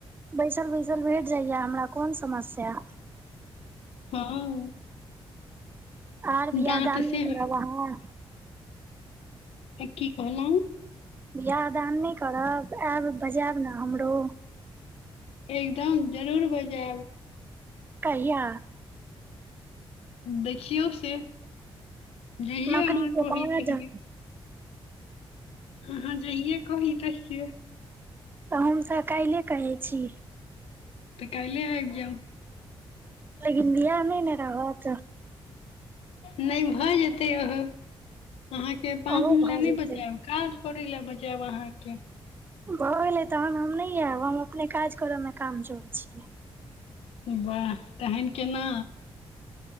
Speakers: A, on the right; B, on the left.
A: बैसल बैसल भेट जाइया हमरा कोन समस्या
B: हँ
A: आर बियाह
B: दाँत
A: दान
B: से
A: नहि करब अहाँ
B: की कहलहुँ
A: बियाह दान नहि करब आयब बजायब ने हमरो
B: एकदम जरूर बजायब
A: कहिया
B: देखियौ फेर जइये
A: नौकरी
B: अहाँ
A: के
B: कहि
A: बाद
B: तहिये अहाँ जहिये कही तहिये
A: तऽ हुन्सा काल्हिए कहै छी
B: तऽ काल्हे आबि जाउ
A: तै दीन बिआ नै ने रहत
B: नहि भऽ जेतै ओहो अहाँके पाँहून
A: ओहो भऽ
B: लै नै
A: जेतै
B: बचायब काज करय लै बजैब आहा के
A: भऽ गेलै तऽ हम नै आयब हम अपने काज करऽ मे कामजोर छि
B: वाह तहन केना